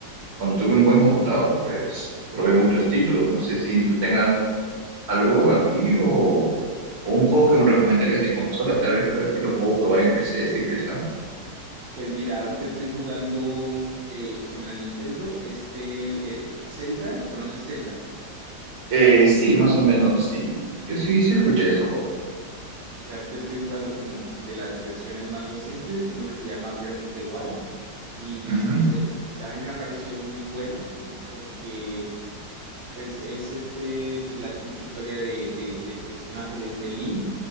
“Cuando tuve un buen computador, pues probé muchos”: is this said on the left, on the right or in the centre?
Right